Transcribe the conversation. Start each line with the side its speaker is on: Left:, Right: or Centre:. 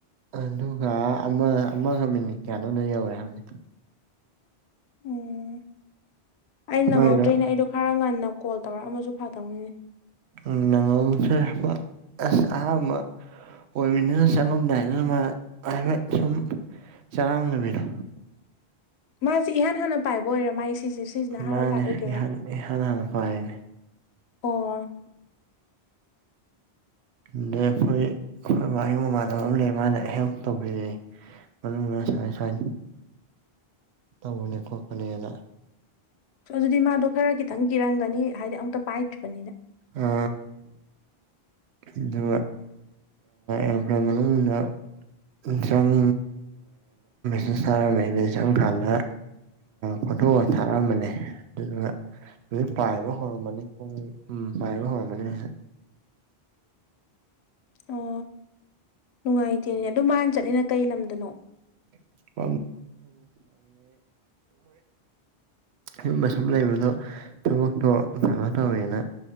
Right: ꯑꯗꯨꯒ ꯑꯃ ꯑꯃꯒ ꯃꯤꯅꯤꯠ ꯀꯌꯥꯅꯣꯅꯣ ꯌꯧꯔꯦ ꯍꯥꯏꯕꯗꯤ
Left: ꯎꯝ ꯑꯩꯅ ꯅꯪꯍꯧꯗ꯭ꯔꯦꯅꯦ
Right: ꯃꯥꯏꯗꯣ
Left: ꯑꯩꯗꯣ ꯈꯔ ꯉꯟꯅ ꯀꯣꯜ ꯇꯧꯔꯛꯃꯁꯨ ꯐꯥꯗꯧꯅꯤꯅꯤ
Right: ꯎ ꯅꯉ ꯑꯁ ꯑꯣꯏꯕꯅꯤꯅ ꯆꯪꯉꯂꯝꯗꯥꯏꯗꯅ ꯍꯥꯏꯐꯦ ꯁꯨꯝ ꯆꯔꯥꯡꯅꯕꯤꯔ
Left: ꯃꯥꯁꯦ ꯏꯍꯥꯟ ꯍꯥꯟꯅ ꯄꯥꯏꯕ ꯑꯣꯏꯔ ꯃꯥꯥꯏ ꯁꯤꯁꯦ ꯁꯤꯁꯤꯅ ꯑꯍꯥꯟꯕ
Right: ꯃꯥꯅꯦ
Left: ꯄꯥꯏꯑꯣꯣꯏꯗꯣꯏꯔꯥ
Right: ꯏꯍꯥꯟ ꯏꯍꯥꯟ ꯍꯥꯟꯅ ꯄꯥꯏꯌꯦꯅꯦ
Left: ꯑꯣ
Right: ꯑꯗ ꯑꯩꯈꯣꯏ ꯑꯩꯈꯣꯏ ꯃꯥ ꯃꯃꯥꯟꯅꯕ ꯑꯃ ꯂꯩ ꯃꯥꯅ ꯍꯦꯜꯞ ꯇꯧꯕꯤꯔꯛꯑꯦ ꯁꯥꯏ ꯁꯥꯏ ꯇꯧꯕꯅꯤ ꯀꯣꯄꯅꯤꯅ
Left: ꯑꯗꯨꯗꯤ ꯃꯥꯗꯣ ꯈꯔ ꯈꯤꯇꯪ ꯀꯤꯔꯝꯒꯅꯤ ꯍꯥꯏꯗꯤ ꯑꯃꯨꯛꯇ ꯄꯥꯏꯗ꯭ꯔꯤꯕꯅꯤꯅ
Right: ꯑ ꯑ ꯀꯇꯨ ꯏꯝꯄ꯭ꯂꯥꯏ ꯃꯅꯨꯡꯂꯂꯝꯅ ꯏꯟꯁꯥꯡ ꯊꯁꯔ ꯃ ꯏ ꯆꯥꯡ ꯈꯥꯟꯗ ꯐꯣꯇꯣ ꯊꯥꯔꯛꯑꯝꯕꯅꯤ ꯑꯗꯨꯗꯨꯒ ꯑꯗꯨꯝ ꯄꯥꯏꯕ ꯍꯧꯔꯝꯃꯅꯤ ꯄꯨꯡ ꯎꯝ ꯄꯥꯏꯕ ꯍꯧꯔꯝꯃꯅꯤ
Left: ꯑꯣ ꯅꯨꯡꯉꯥꯏꯇꯦꯅꯦ ꯑꯗꯨ ꯃꯥꯅ ꯆꯠꯂꯤꯅ ꯀꯩ ꯂꯝꯗꯅꯣ
Right: <unintelligible> ꯁꯨꯝꯕ ꯁꯨꯝ ꯂꯩꯕꯗꯣ ꯊꯕꯛꯇꯣ ꯀꯩꯅꯣ ꯇꯧꯋꯦꯅ